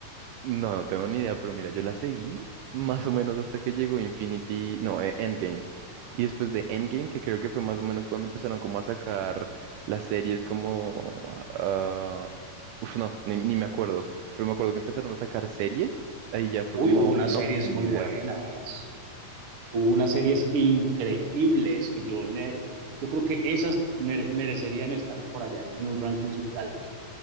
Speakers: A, on the right; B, on the right.
A: No, no tengo ni idea, pero mira, yo la seguí más o menos hasta que llegó Infinity, no, eh, Endgame. Y después de Endgame, que creo que fue más o menos cuando empezaron como a sacar las series como... ah, uf, no, ni, ni me acuerdo. Pero me acuerdo que empezaron a sacar series. Ahí ya fue
B: Uy,
A: como,
B: hubo unas
A: no,
B: series
A: ni
B: muy
A: idea.
B: buenas, hubo unas series increíbles que yo le, yo creo que esas mere- merecerían estar por allá en, en un ranking super alto.